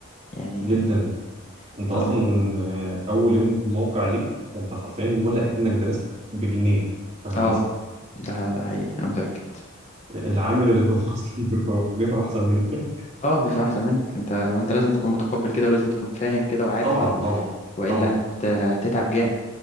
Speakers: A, on the left; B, on the right.
A: يعني
B: جدا انت اصلا
A: اه
B: آه، اول يوم موقع ليك انت حرفيا ولا اكنك درست بجنيه في هندسه
A: اه ده ده حقيقي انا متأكد
B: العامل اللي جوه <laughs> اصلا بيبقى بيفهم احسن منك
A: اه بيفهم احسن منك انت وانت لازم تكون متقبل كده ولازم تكون فاهم كده وعارف
B: طبعا
A: كده
B: طبعا
A: والا
B: طبعا
A: هت... هتتعب جامد